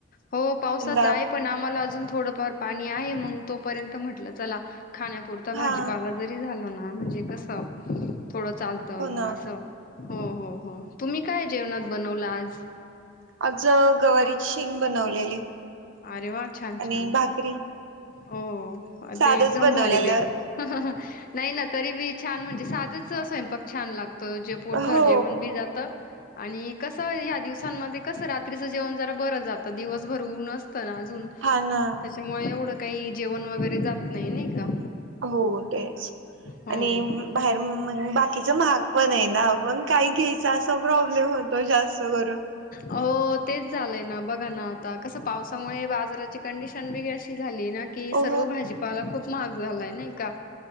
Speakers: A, on the left; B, on the right.
A: हो पावसाच
B: यंदा
A: आहे. पण आम्हाला अजून थोडंफार पाणी आहे मग तोपर्यंत म्हटलं चला खाण्यापुरता भाजीपावला
B: हा
A: ज ते झालं ना म्हणजे कस थोडं चालत मग
B: हो ना
A: अस हो हो हो. तुम्ही काय जेवणात बनवलं आज?
B: आज गवारीची शिंग बनवलेली.
A: अरे वा! छान!
B: आणि
A: छान!
B: भाकरी
A: हो. अ
B: साधच
A: ते एकदम
B: बनवलेलं
A: भारी भेटत. नाही ना तरी बी छान म्हणजे साधच स्वयंपाक छान लागतो. जे पोटभर
B: हो
A: जेवण बी जात आणि कस ह्या दिवसांमध्ये कस रात्रीच जेवण जरा बर जातं दिवसभर ऊन अस तर अजून.
B: हा ना.
A: मग एवढं काही जेवण वगैरे जात नाही. नाही का?
B: हो तेच
A: हो.
B: आणि बाहेर बाकीच महाग पण आहे ना बग काही घ्यायच असा प्रॉब्लेम होतो जास्त करून.
A: हो तेच झालंय ना बघा ना आता कस पावसामुळे बाजाराची कंडिशन वेगळी झालीय ना की
B: हो
A: सर्व भाजीपाला खूप महाग झालाय नाही का.